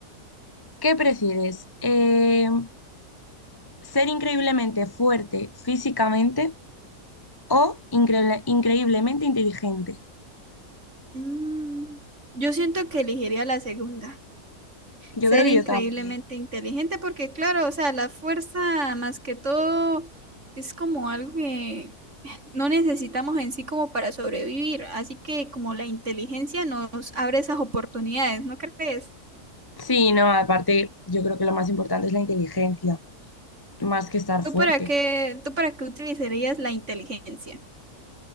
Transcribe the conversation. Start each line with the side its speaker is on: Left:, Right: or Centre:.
Left: ¿qué prefieres? Eh, ¿ser increíblemente fuerte físicamente o increíble- increíblemente inteligente?
Right: Mm, yo siento que elegiría la segunda,
Left: Yo
Right: ser
Left: creo que
Right: increíblemente
Left: yo también.
Right: inteligente, porque claro, o sea, la fuerza más que todo es como algo que no necesitamos en sí como para sobrevivir, así que como la inteligencia nos abre esas oportunidades, ¿no crees?
Left: Sí, no, aparte, yo creo que lo más importante es la inteligencia, más que estar
Right: ¿Tú
Left: fuerte.
Right: para qué, tú para qué utilizarías la inteligencia?